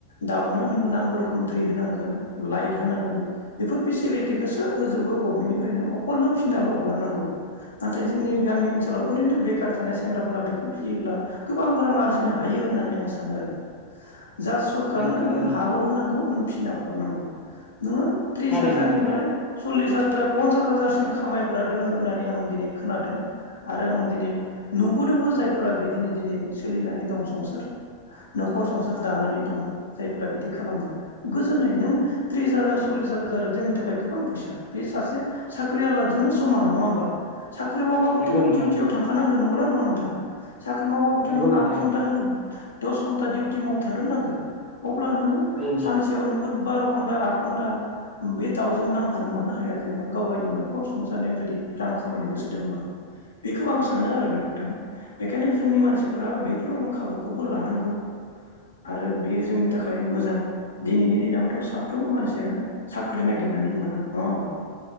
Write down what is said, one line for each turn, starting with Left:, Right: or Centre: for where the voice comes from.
Left: दाउनो, नोङो नांगौ रोखोम दै होनांगोन, लाइट होनांगोन बेफोर फेसिलिटिखौ सब होजोबो गभमेन्टनिफ्रायनो अखल नों फिनाल' हरनांगौ नाथाय जोंनि गामि ओनसोलाव ओरैनो बेखार थानाय सेंग्राफोरा बेखौ फियोब्ला गोबां रां आरजिनो हायो होननानै आं सानो आरो जा सरखारनो
Centre: नोंथां
Left: नों
Centre: औ नंगौ
Left: हाल' होनांगौ नों फिना हरनांगौ। <inaudible> नोङो थ्रुस
Centre: थारैनो
Left: हाजारनिफ्राय
Centre: नोंथां
Left: सल्लिस हाजार फन्सास हाजार सिम खामायग्रा दोङो होननानै आं दिनै खोनादों आरो आं दिनै नुबोदोंबो जायफोरा बिदिनो दिनै सोलिनानै दं संसार नखर संसार दानानै दं जायफोरा बिदि खालामदों गोजोनै नों थ्रिस हाजार सल्लिस हाजारा जोंनि थाखाय गोबां फैसा बे सासे साख्रि आलाजोंनो समान नङा होमबा? साख्रि मावबाबोथ'
Centre: नंगौ
Left: नों
Centre: नोंथां
Left: दिउटियाव
Centre: नंगौ
Left: थांखानांगोन नंगौ ना नङा नोंथां? साख्रि मावबाबोथ'
Centre: नंगौ
Left: नों
Centre: नोंथां
Left: आतघन्टा नों दस दिउटी मावथारनो नांगोन अब्ला नोंङो
Centre: औ नोंथां
Left: सानसेयाव नोंङो बार' घन्टा आद घन्टा बे दावउजों नांफानो मानो हाया जेनेबा गाव गावनि नखर सुंसारनायाव जुदि रां खामायनो गोसो दंबा बेखौ आं सानो आरो नोंथां बेखायनो जोंनि मानसिफोरा बेफोर खाबुखौबो लानांगौ आरो बेयो जोंनि थाखाय मोजां दिनैनि दिनावथ साफ्रोमबो मानसियानो साख्रि नागिरनानै मोना नङा होमबा